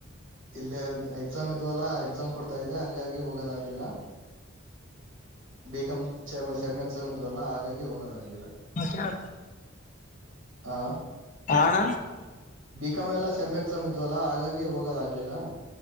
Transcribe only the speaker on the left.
ಹ ಕಾರ
ಆ ಅಣ್ಣ